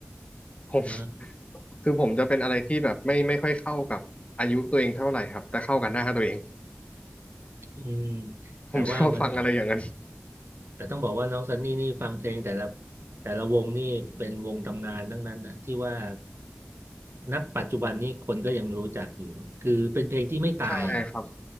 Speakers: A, on the left; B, on the right.
A: ผม
B: นะ
A: <laughs> คือผมจะเป็นอะไรที่แบบไม่ไม่ค่อยเข้ากับอายุตัวเองเท่าไหร่ครับแต่เข้ากับหน้าตัวเอง
B: อืม
A: <laughs> ผมชอบฟังอะไรอย่างนั้น
B: แต่ว่ามัน แต่ต้องบอกว่าน้องซันนี่นี่ฟังเพลงแต่ละแต่ละวงนี่เป็นวงตำนานทั้งนั้นนะที่ว่านับปัจจุบันนี้คนก็ยังรู้จักอยู่คือเป็นเพลงที่ไม่ตายอ่ะ
A: ใช่ครับ